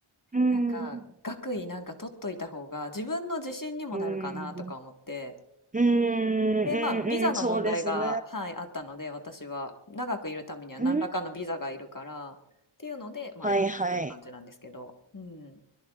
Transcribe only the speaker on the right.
うん。
うん。うん。うん。
うんそうですね。
うん。
はいはい。